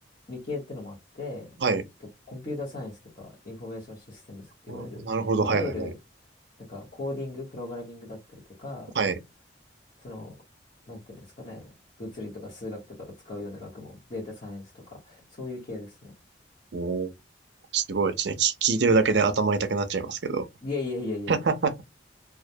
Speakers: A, on the left; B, on the right.
A: 理系ってのもあって、えっと、
B: はい。
A: コンピューターサイエンスとかインフォメーションシステムズって言われる、
B: あーなるほど。
A: いわゆる、
B: はいはいはい。
A: なんかコーディング、プログラミングだったりとか、
B: はい。
A: その、なんていうんですかね、物理とか数学とかを使うような学問、データサイエンスとか、そういう系ですね。
B: おーすごいですね。き聞いてるだけで頭痛くなっちゃいますけど。
A: いやいやいやいやいや。
B: <laughs>